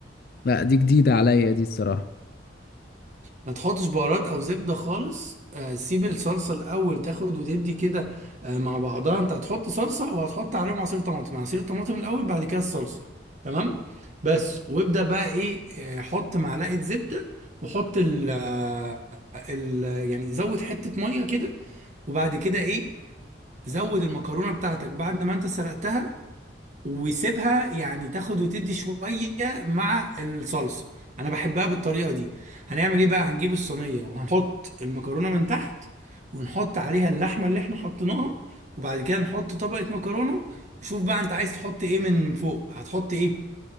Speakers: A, on the left; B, on the right.
A: لا دي جديدة عليا دي الصراحة
B: ما تحطش بهارات او زبده خالص آه، سيب الصلصه الاول تاخد وتدي كده آه، مع بعضها انت هتحط صلصه وهتحط عليهم عصير طماطم عصير الطماطم الاول بعد كده الصلصه تمام بس وابدا بقى ايه آه، حط معلقه زبده وحط ال آه، ال يعني زود حته ميه كده وبعد كده ايه زود المكرونه بتاعتك بعد ما انت سلقتها ويسيبها يعني تاخد وتدي شوية مع الصلصة انا بحبها بالطريقة دي هنعمل ايه بقى هنجيب الصينية وهنحط المكرونة من تحت ونحط عليها اللحمة اللي احنا حطيناها وبعد كده نحط طبقة مكرونة وشوف بقى انت عايز تحط ايه من فوق هتحط ايه